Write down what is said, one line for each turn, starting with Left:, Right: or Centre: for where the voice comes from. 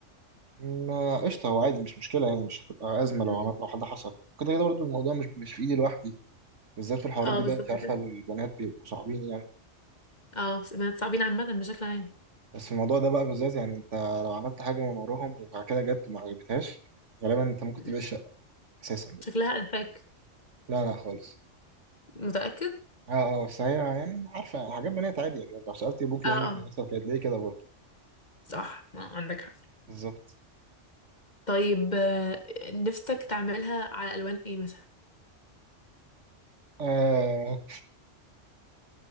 Right: ما قشطه هو عادي مش مشكله يعني مش هتبقى ازمه
Left: مم.
Right: لو عملت لو حد حصل كده كده برضو الموضوع مش مش في ايدي لوحدي بالذات في الحوارات
Left: اه
Right: دي
Left: بالظبط
Right: بقى انت عارفه
Left: كده
Right: البنات بيبقوا صعبين يعني
Left: اه بنات صعبين عامة بشكل عام
Right: بس في الموضوع ده بقى بالذات يعني انت لو عملت حاجه من وراهم وبعد كده جت وما عجبتهاش غالبا انت ممكن
Left: مم.
Right: تبيع الشقه اساسا بقى
Left: شكلها انفاك
Right: لا لا خالص
Left: متأكد
Right: اه اه بس هي يعني عارفة حاجات بنات عادي يعني لو سألتي أبوكي
Left: اه
Right: وأمك
Left: اه
Right: من نفسك هتلاقيه كده برضه
Left: صح آه عندك حق
Right: بالظبط
Left: طيب آه، نفسك تعملها على الوان ايه مثلا
Right: آه